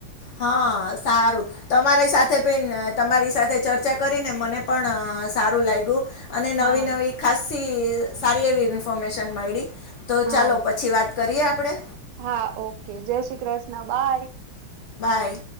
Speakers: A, on the left; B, on the right.
A: હા સારું તમારી સાથે પણ તમારી સાથે ચર્ચા કરીને મને પણ અહહ અહહ સારું લાગ્યું અને
B: હા
A: નવી નવી ખાસી સારી એવી ઇન્ફોર્મેશન મયળી તો
B: હા
A: ચાલો પછી વાત કરીએ આપડે
B: હા ઓકે જય શ્રી કૃષ્ણ બાય
A: હાય